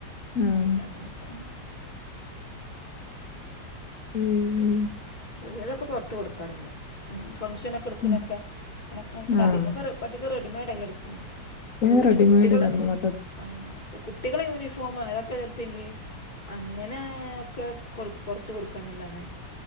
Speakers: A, on the left; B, on the left.
A: ആഹ്
B: അങ്ങനൊക്കെ ആഹ് <unintelligible>
A: ഏഹ്
B: പുതിയതൊക്കെ പൊറത്ത് കൊടുക്കാറുള്ളു, ഉം ഫംഗഷനൊ ഇടുക്കുണോക്കെ,
A: ആ
B: അങ്ങനൊക്കെ പിന്നെ
A: ആഹ്
B: അധികപ്പൊ പ്പധികം റെഡിമെയഡ് അല്ലേ എടുക്കല്
A: പിന്നെ
B: യൂനീ,
A: റെഡിമെയ്ഡ്
B: കുട്ടികള്
A: തന്നു മൊത്ത
B: ആഹ് അപ്പ കുട്ടികളെ യൂണിഫോം അതൊക്കെ ചെൽപെങ്കി അങ്ങനേ ഒക്കെ കൊടു പൊറത്ത് കൊടുക്കാന്നല്ലാതെ